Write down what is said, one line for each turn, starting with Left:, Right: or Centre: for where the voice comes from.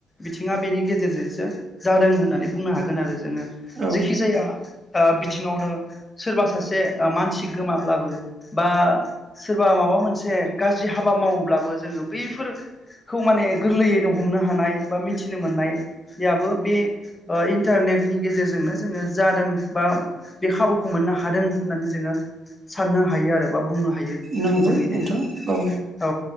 Left: बिथिङा बेनि गेजेरजोंसो जादों होननानै बुंनो हागोन आरो जोङो
Right: औ
Left: जिखि जाया बि थिङावनो सोरबा सासे मानसि गोमाब्लाबो बा सोरबा माबा मोनसे गाज्रि हाबा मावोब्लाबो जोङो बैफोर खौ माने गोरलैयैनो हमनो हानाय बा मिथिनो मोननाय याबो बे इन्टारनेटनि गेजेरजोंनो जोङो जादों बा बे खाबुखौ मोननो हादों होननानै जोङो साननो हायो आरो बा बुंनो हायो
Right: नंगौ
Left: थोंजोङैनो
Right: नोंथां औ
Left: औ